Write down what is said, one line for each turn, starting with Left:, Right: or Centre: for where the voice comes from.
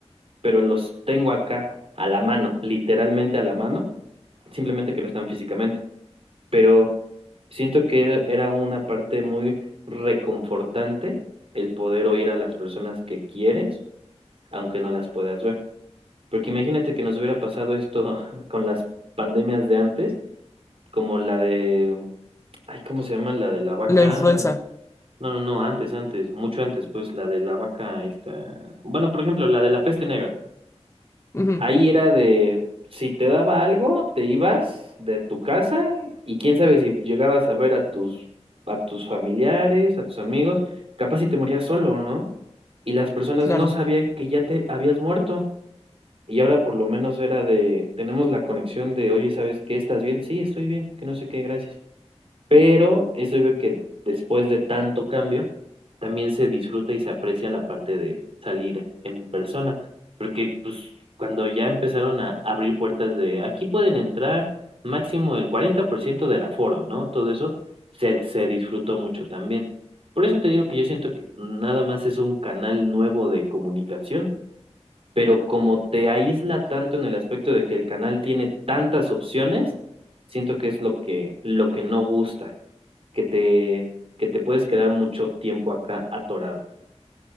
Right: pero los tengo acá a la mano, literalmente a la mano, simplemente que no están físicamente, pero siento que era era una parte muy reconfortante el poder oír a las personas que quieres aunque no las puedas ver. Porque imagínate que nos hubiera pasado esto <laughs> con las pandemias de antes, como la de, ay, ¿cómo se llama? La de la vaca.
Left: La influenza.
Right: No, no, no, antes, antes, mucho antes, pues la de la vaca esta. Bueno, por ejemplo, la de la peste negra.
Left: Ujú,
Right: Ahí era de, si te daba algo, te ibas de tu casa y quién sabe si llegabas a ver a tus, a tus familiares, a tus amigos, capaz si te morías solo, ¿no? Y las personas
Left: claro.
Right: no sabían que ya te habías muerto. Y ahora por lo menos era de, tenemos la conexión de, oye, ¿sabes qué? ¿Estás bien? Sí, estoy bien, que no sé qué, gracias. Pero eso veo que después de tanto cambio, también se disfruta y se aprecia la parte de salir en persona, porque pues cuando ya empezaron a abrir puertas de, aquí pueden entrar máximo el 40% del aforo, ¿no? Todo eso se, se disfrutó mucho también. Por eso te digo que yo siento que nada más es un canal nuevo de comunicación pero como te aísla tanto en el aspecto de que el canal tiene tantas opciones, siento que es lo que, lo que no gusta, que te, que te puedes quedar mucho tiempo acá atorado.